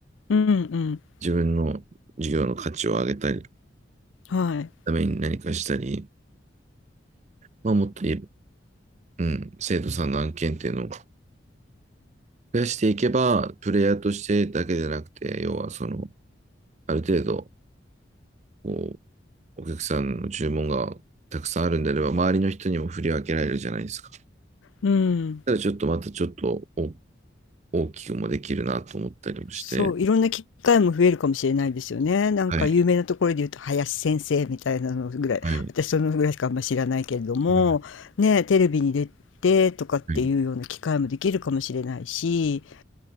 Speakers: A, on the left; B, on the right.
A: うん、うん、
B: 自分の事業の価値を上げたり、
A: はい、
B: ために何かしたり、まあもっというん、生徒さんの案件っていうのを増やしていけば、プレイヤーとしてだけでなくて、要はその、ある程度、こう、お客さんの注文がたくさんあるんであれば、周りの人にも振り分けられるじゃないですか。
A: うん。
B: ただちょっとまたちょっとお大きくもできるなと思ったりもして、
A: そう、いろんな機会も増えるかもしれないですよね。なんか有名なところで言うと林先生みたいなのぐらい、
B: はい、はい、
A: 私そのぐらいしかあんま知らないけれども、
B: うん、
A: ね、テレビに出てとかっていうような機会もできるかもしれないし、
B: はい、